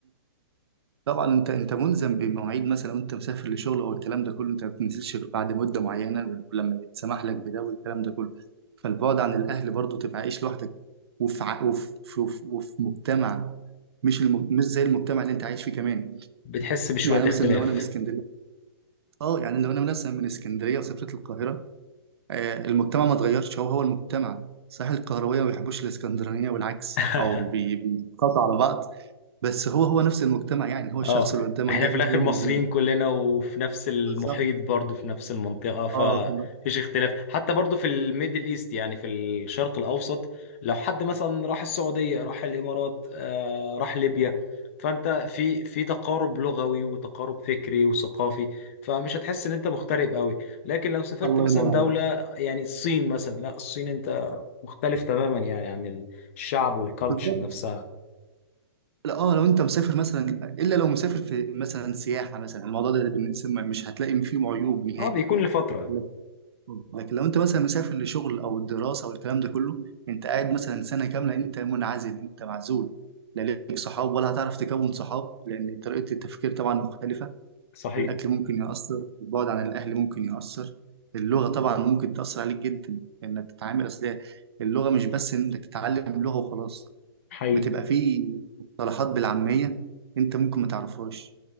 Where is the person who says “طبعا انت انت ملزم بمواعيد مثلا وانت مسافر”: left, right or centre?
Right